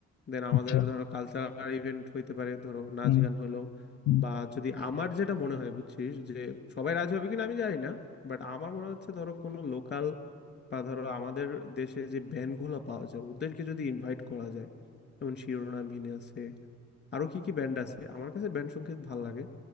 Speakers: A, on the left (about 35°); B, on the left (about 85°).
A: দেন আমাদের
B: আচ্ছা
A: ধরো কালচারাল ইভেন্ট হইতে পারে ধরো নাচ
B: হুম
A: গান হলো
B: হুম
A: বা যদি আমার যেটা মনে হয় বুঝছিস যে সবাই রাজি হবে কিনা আমি জানি না বাট আমার মনে হচ্ছে ধরো কোনো লোকাল বা ধরো আমাদের দেশে যে ব্যান্ড গুলো পাওয়া যায় ওদেরকে যদি ইনভাইট করা যায় যেমন শিরোনামহীন আছে আরো কি কি ব্যান্ড আছে আমার কাছে ব্যান্ড সংগীত ভাল লাগে